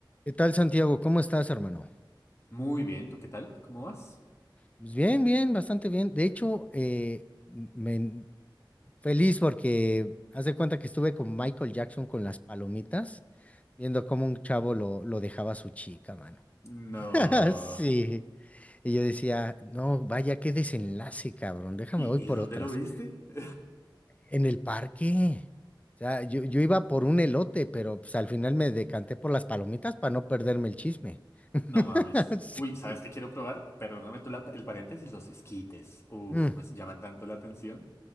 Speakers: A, on the left; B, on the left.
A: ¿Qué tal, Santiago? ¿Cómo estás, hermano?
B: Muy bien, ¿tú qué tal? ¿Cómo vas?
A: Pues bien, bien, bastante bien. De hecho, eh, me, feliz porque haz de cuenta que estuve con Michael Jackson con las palomitas, viendo cómo un chavo lo, lo dejaba a su chica, mano.
B: No.
A: <laughs> Sí. Y yo decía, no, vaya, qué desenlace, cabrón. Déjame,
B: ¿Y,
A: voy por
B: y dónde
A: otras.
B: lo viste? <laughs>
A: En el parque. O sea, yo, yo iba por un elote, pero pues al final me decanté por las palomitas para no perderme el chisme. <laughs>
B: No mames.
A: Sí.
B: Uy, ¿sabes qué quiero probar? Perdóname tú la- el paréntesis, los esquites. Uf,
A: Mm.
B: me llaman tanto la atención.